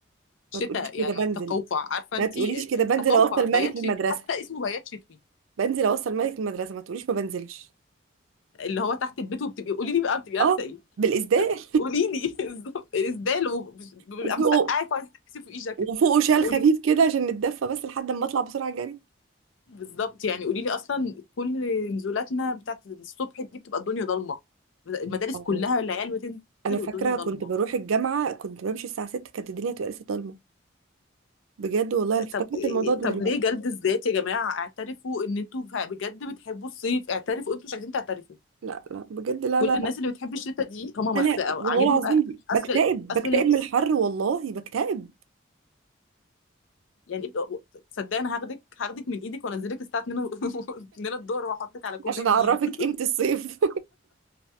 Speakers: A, on the left; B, on the right.
A: شتاء
B: ما تقوليش كده
A: يعني
B: بنزل
A: تقوقع عارفه انت
B: ما تقوليش كده بنزل
A: تقوقع
B: اوصل
A: بيات
B: ملك للمدرسه
A: شتوي حتى اسمه بيات شتوي
B: بنزل اوصل مالك المدرسه ما تقوليش ما بنزلش
A: اللي هو تحت البيت وبتبقي قولي لي بقى بتبقي لابسه
B: اه
A: ايه
B: بالاسدال
A: قولي لي <laughs> بالظبط اسدال وبيبقى
B: وفوقه
A: مسقعك وعايزه تلبسي فوقيه جاكيت
B: وفوقه شال
A: طب قولي
B: خفيف كده عشان نتدفى بس لحد ما اطلع بسرعه جري
A: بالظبط يعني قولي لي اصلا كل نزولاتنا بتاعت الصبح دي بتبقى الدنيا ضلمه المدارس
B: اه
A: كلها العيال بتنزل
B: انا فاكره
A: والدنيا ضلمه
B: كنت بروح الجامعه كنت بمشي الساعه 6 كانت الدنيا تبقى لسه ضلمه بجد والله انا افتكرت
A: طب
B: الموضوع ده
A: طب
B: دلوقتي
A: ليه جلد الذات يا جماعه اعترفوا ان انتوا ف- بجد بتحبوا الصيف اعترفوا انتوا مش عايزين تعترفوا
B: لا لا بجد لا
A: كل
B: لا لا
A: الناس اللي بتحب الشتاء دي هم
B: انا
A: بس عاجبهم
B: والله العظيم
A: أ-
B: بكتئب
A: اصل اصل
B: بكتئب
A: اللبس
B: من الحر والله بكتئب
A: يعني صدقني أنا هاخدك هاخدك من ايدك وانزلك الساعه 2 و- <laughs> 2 الظهر واحطك على كوبري
B: عشان
A: النيل
B: اعرفك
A: <laughs>
B: قيمه الصيف